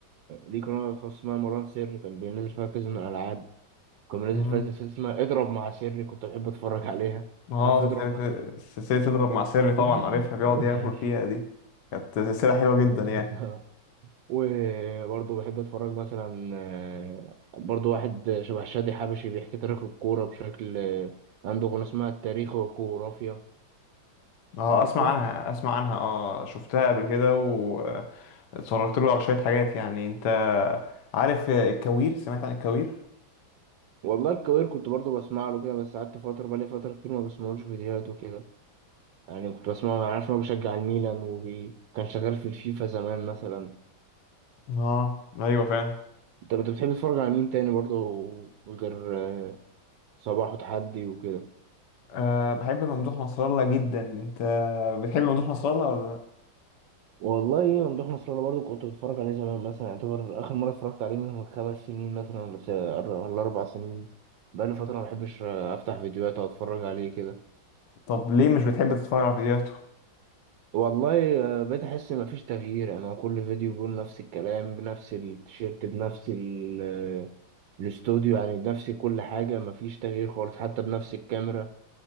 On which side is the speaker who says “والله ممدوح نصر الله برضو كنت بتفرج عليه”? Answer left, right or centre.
Right